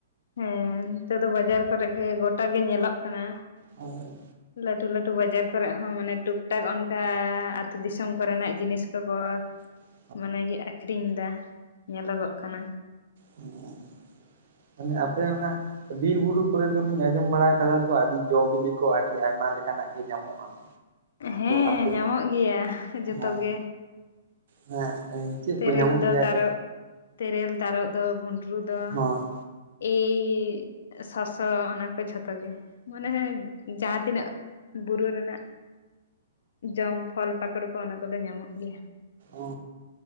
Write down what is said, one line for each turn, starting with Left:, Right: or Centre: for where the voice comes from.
Left: ᱦᱮᱸ, ᱱᱤᱛᱚᱜ ᱫᱚ ᱵᱟᱡᱟᱨ ᱠᱚᱨᱮ ᱜᱮ ᱜᱚᱴᱟ ᱜᱮ ᱧᱮᱞᱚᱜ ᱠᱟᱱᱟ᱾
Right: ᱦᱳᱭ᱾
Left: ᱞᱟᱹᱴᱷᱩ ᱞᱟᱹᱴᱷᱩ ᱵᱟᱡᱟᱨ ᱠᱚᱨᱮᱜ ᱦᱚᱸ ᱢᱟᱱᱮ ᱴᱩᱠ ᱴᱟᱠ ᱚᱱᱠᱟ ᱟᱹᱛᱩ ᱫᱤᱥᱚᱢ ᱠᱚᱨᱮᱱᱟᱜ ᱡᱤᱱᱤᱥ ᱠᱚᱠᱚ
Right: <inaudible>
Left: ᱢᱟᱱᱮ ᱜᱮ ᱟᱠᱷᱨᱤᱧᱫᱟ ᱧᱮᱞᱚᱜᱚᱜ ᱠᱟᱱᱟ᱾
Right: ᱦᱩᱸ ᱛᱟᱞᱦᱮ ᱟᱯᱮ ᱚᱱᱟ ᱵᱤᱨ ᱵᱩᱨᱩ ᱠᱚᱨᱮ ᱫᱚᱞᱤᱧ ᱟᱸᱡᱚᱢ ᱵᱟᱲᱟ ᱠᱟᱫᱟ ᱛᱚ ᱟᱹᱰᱤ ᱡᱚ ᱵᱤᱞᱤ ᱠᱚ ᱟᱹᱰᱤ ᱟᱭᱢᱟ ᱞᱮᱠᱟᱱᱟᱜ ᱜᱮ ᱧᱟᱢᱚᱜᱼᱟ᱾ <inaudible>
Left: ᱦᱮᱸ
Right: ᱟᱯᱮ
Left: ᱧᱟᱢᱚᱜ ᱜᱮᱭᱟ ᱡᱷᱚᱛᱚ
Right: ᱦᱚᱸ
Left: ᱜᱮ᱾
Right: ᱦᱮᱸ ᱮᱸ ᱪᱮᱫ
Left: ᱛᱮᱨᱮᱞ
Right: ᱠᱚ ᱧᱟᱢᱚᱜ
Left: ᱫᱚ
Right: ᱜᱮᱭᱟ?
Left: ᱛᱟᱨᱚᱵ
Right: <inaudible>
Left: ᱛᱮᱨᱮᱞ ᱛᱟᱨᱚᱵ ᱫᱚ ᱵᱷᱩᱱᱰᱨᱩ ᱫᱚ
Right: ᱦᱳᱭ
Left: ᱮᱭ ᱥᱚᱥᱚ ᱚᱱᱟ ᱠᱚ ᱡᱷᱚᱛᱚ ᱜᱮ ᱢᱟᱱᱮ ᱦᱚᱭ ᱡᱟᱦᱟᱸ ᱛᱤᱱᱟᱹᱜ ᱵᱩᱨᱩ ᱨᱮᱱᱟᱜ ᱡᱚᱢ ᱯᱷᱚᱞ ᱯᱟ ᱚᱱᱟ ᱠᱚᱫᱚ ᱧᱟᱢᱚᱜ ᱜᱮᱭᱟ᱾
Right: ᱚ